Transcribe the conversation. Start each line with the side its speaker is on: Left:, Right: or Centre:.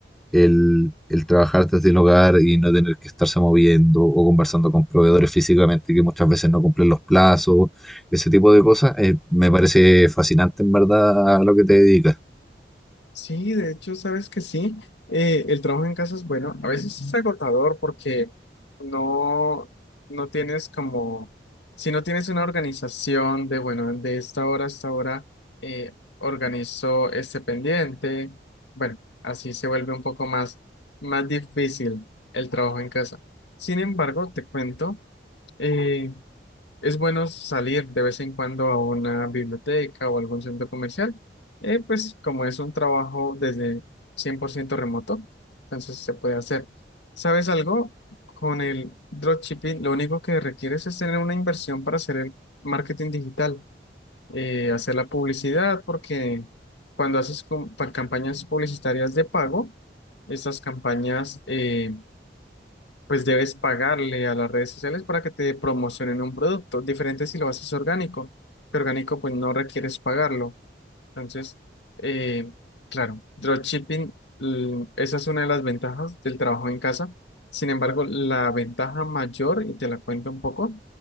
Centre: el, el trabajar desde el hogar y no tener que estarse moviendo o conversando con proveedores físicamente que muchas veces no cumplen los plazos, ese tipo de cosas, eh, me parece fascinante en verdad lo que te dedicas.
Left: Sí, de hecho, sabes que sí. Eh, el trabajo en casa es bueno. A veces es agotador porque no, no tienes como, si no tienes una organización de, bueno, de esta hora a esta hora, eh, organizo este pendiente. Bueno, así se vuelve un poco más, más difícil el trabajo en casa. Sin embargo, te cuento. eh, Es bueno salir de vez en cuando a una biblioteca o algún centro comercial, eh, pues como es un trabajo desde 100% remoto, entonces se puede hacer. ¿Sabes algo? Con el dropshipping, lo único que requieres es tener una inversión para hacer el marketing digital, eh, hacer la publicidad, porque cuando haces com- pa- campañas publicitarias de pago, estas campañas, eh, pues debes pagarle a las redes sociales para que te promocionen un producto. Diferente si lo haces orgánico, que orgánico pues no requieres pagarlo. Entonces, eh, claro, dropshipping, l- esa es una de las ventajas del trabajo en casa. Sin embargo, la ventaja mayor, y te la cuento un poco,